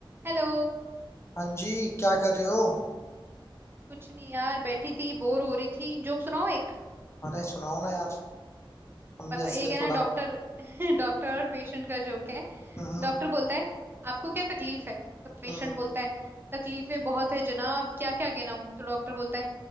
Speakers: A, on the right; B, on the left.
A: Hello
B: हाँ जी क्या कर रहे हो
A: कुछ नहीं यार बैठी थी बोर हो रही थी जोक सुनाओ एक
B: अरे सुनाओ ना यार हम
A: बता
B: भी हंस
A: एक
B: ले
A: है ना
B: थोड़ा
A: डॉक्टर <laughs> डॉक्टर और पेशेंट का जोक है
B: हम्म
A: डॉक्टर बोलता है आपको क्या तकलीफ है तो पेशेंट
B: हम्म
A: बोलता है तकलीफें बहुत है जनाब क्या क्या गिनाऊं तो डॉक्टर बोलता है